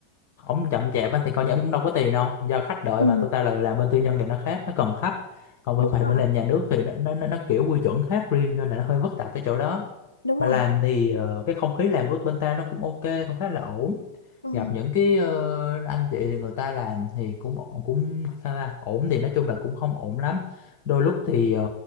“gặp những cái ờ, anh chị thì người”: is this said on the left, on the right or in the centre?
Left